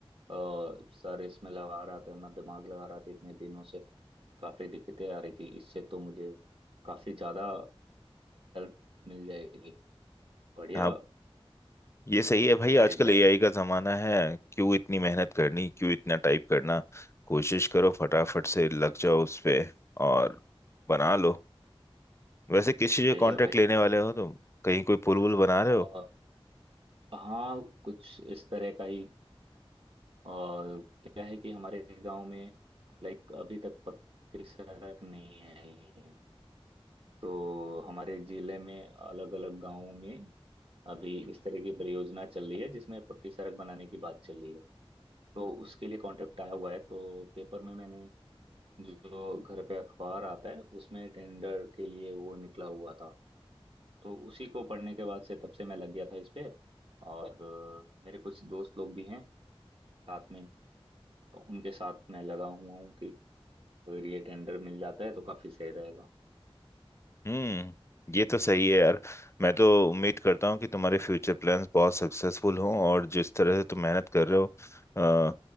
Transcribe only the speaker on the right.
अ, सर इसमें लगा रहा था अपना दिमाग लगा रहा था इतने दिनों से काफी दिक्कतें आ रही थी इससे तो मुझे काफी ज्यादा हेल्प मिल जाएगी बढ़िया
बढ़िया
आइडिया
है
सही
है भाई
आ,
हाँ कुछ इस तरह का ही और क्या है कि हमारे गांव में लाइक अभी तक पक्की सड़क नहीं है तो हमारे जिले में अलग अलग गांवों में अभी इस तरह की परियोजना चल रही है जिसमें पक्की सड़क बनाने की बात चल रही है तो उसके लिए कॉन्ट्रैक्ट आया हुआ है तो पेपर में मैंने जो घर पे अखबार आता है उसमें टेंडर के लिए वो निकला हुआ था तो उसी को पढ़ने के बाद से तब से मैं लग गया था इस पे और अ, मेरे कुछ दोस्त लोग भी हैं साथ में तो उनके साथ मैं लगा हुआ हूँ कि अगर ये टेंडर मिल जाता है तो काफी सही रहेगा